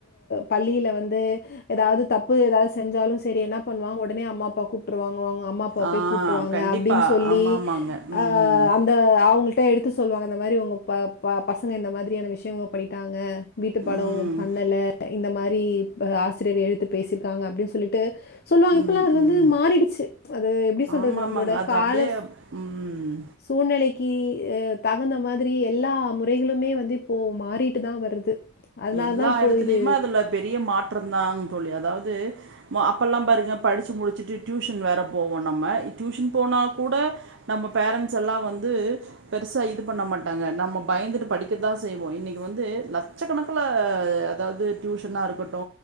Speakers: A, on the left; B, on the right.
A: பள்ளியில வந்து எதாவது தப்பு எதாவது செஞ்சாலு சரி என்ன பண்ணுவாங ஒடனே அம்மா அப்பா கூ ட்டுருவாங்க அவங்க அம்மா அப்பா
B: ஆ
A: போய் கூப்ட்டு வாங்க
B: கண்டிப்பாக
A: அப்டின் சொல்லி
B: ஆமாம் ஆமாங்க ம்
A: அ அந்த அவங்க கிட்ட எடுத்து சொல்லுவாங்க இந்த மாரி உங்க ப ப பசங்க இந்த மாதிரியான விஷ்யங்கள் பண்ணிட்டாங்க வீட்டு பாடோ
B: ம்
A: பண்ணல இந்த மாரி ஆசிரியர் எதுத்து பேசிருக்காங்க அப்டின் சொல்லிட்டு சொல்லுவாங் இப்பல்லா
B: ம்
A: அது வந்து
B: ம்
A: மாறிடுச்சு அது எப்படி சொல்றது
B: ஆமா
A: நம்மளோட
B: ஆமாங்க. அது
A: கால
B: அப்டியே ம்
A: சூழ்நிலைக்கி அ தகுந்த மாதிரி எல்லா முறைகளுமே வந்து இப்போ மாறிட்டுதா வருது அதனால
B: எல்லா
A: தான் இப்போ
B: எடத்துலயுமே
A: இது
B: அதுல பெரிய மாற்றம்தாங் தோழி அதாவது அப்பெல்லாம் பாருங்க படிச்சி முடிச்சிட்டு டியூஷன் வேற போவோ நம்ம டியூஷன் போனா கூட நம்ம பேரண்ட்ஸ் எல்லா வந்து பெருசா இது பண்ண மாட்டாங்க நம்ம பயந்துட்டு படிக்கத்தான் செய்வோ இன்னைக்கி வந்து லட்சக் க்கணக்குல அதாவது டியூஷன்னா இருக்கட்டு